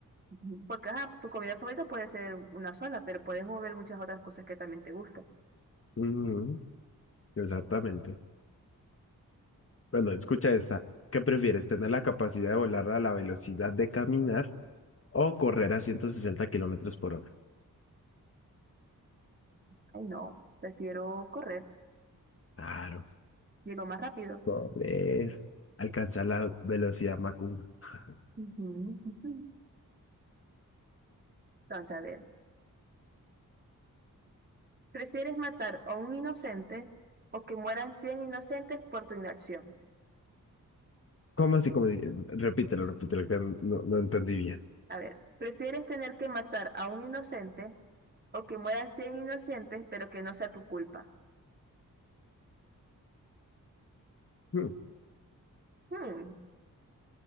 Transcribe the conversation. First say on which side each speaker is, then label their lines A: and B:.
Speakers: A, on the right; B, on the left.
A: Ujú. porque, ajá, tu comida favorita puede ser una sola, pero puedes mover muchas otras cosas que también te gusten.
B: Mm, Exactamente. Bueno, escucha esta. ¿Qué prefieres, tener la capacidad de volar a la velocidad de caminar o correr a 160 kilómetros por hora?
A: Ay, no, prefiero correr,
B: Claro,
A: llego más rápido.
B: correr. Alcanzar la velocidad Mach 1. <laughs>
A: Ujú, ujú. Entonces, a ver, ¿prefieres matar a un inocente o que mueran 100 inocentes por tu inacción?
B: ¿Cómo así? ¿Cómo así? Repítelo, repítelo, que no, no entendí bien. <laughs>
A: A ver, ¿prefieres tener que matar a un inocente o que mueran 100 inocentes, pero que no sea tu culpa?
B: Hmm,
A: Hmm,